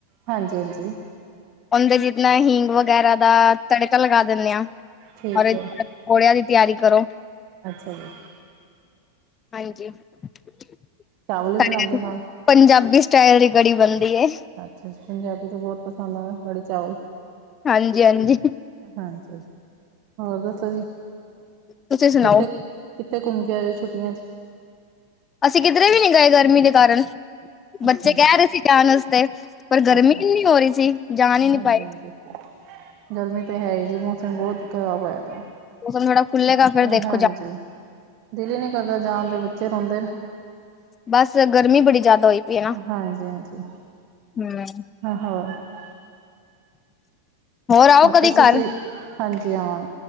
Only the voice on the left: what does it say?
ਅੰਦਰ ਇਤਨੇ ਹੀਂਗ ਵਗੈਰਾ ਦਾ ਤੜਕਾ ਲਗਾ ਦਿੰਦੇ ਆਂ,
ਔਰ
ਔਲਿਆਂ ਦੀ ਤਿਆਰੀ ਕਰੋ।
ਹਾਂਜੀ, <unintelligible>
ਪੰਜਾਬੀ ਸਟਾਈਲ ਦੀ ਕੜੀ ਬਣਦੀ ਹੈ।
ਹਾਂਜੀ ਹਾਂਜੀ।
ਤੁਸੀਂ ਸੁਣਾਓ
ਅਸੀਂ ਕਿਧਰੇ ਵੀ ਨਹੀਂ ਗਏ ਗਰਮੀ ਦੇ ਕਾਰਨ,
ਬੱਚੇ ਕਹਿ
ਰਹੇ ਸੀ ਜਾਣ ਵਾਸਤੇ। ਪਰ ਗਰਮੀ
ਇੰਨੀ ਹੋ ਰਹੀ ਸੀ ਜਾ ਹੀ ਨਹੀਂ
ਪਾਏ।
ਮੌਸਮ ਥੋੜਾ ਖੁੱਲੇਗਾ ਫਿਰ ਦੇਖੋ
ਜਾ
ਬਸ ਗਰਮੀ ਬੜੀ ਜਿਆਦਾ ਹੋਈ ਪ ਗੀਆ
ਹਮ
ਆਓ
ਕਦੀ
ਘਰ